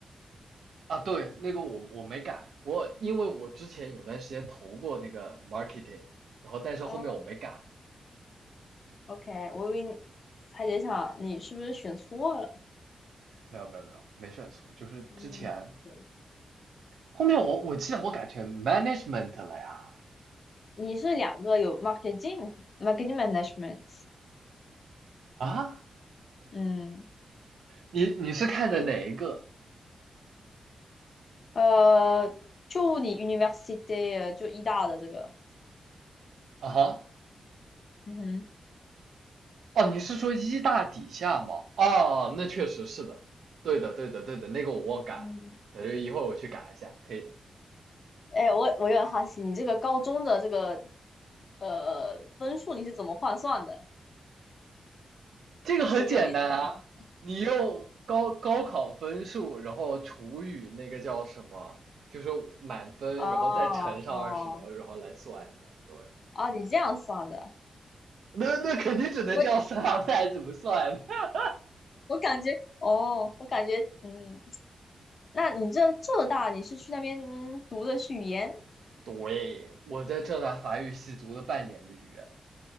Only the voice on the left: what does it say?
哦，OK，我以为你还在想你是不是选错了，
嗯，对
你是两个有 marketing marketing management，
嗯，
诶，呃，就你 university 呃就医大的这个，
嗯哼，
嗯，
哎，我我有点好奇，你这个高中的这个呃分数你是怎么换算的？
十六点三。
哦
哦
哦，你这样算的，
我
我感觉哦，我感觉嗯，那你这浙大你是去那边嗯读的是语言，